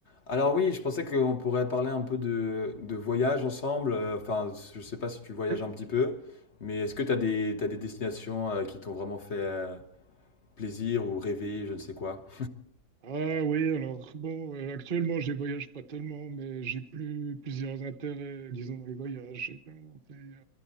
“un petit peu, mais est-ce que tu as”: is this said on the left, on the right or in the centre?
Left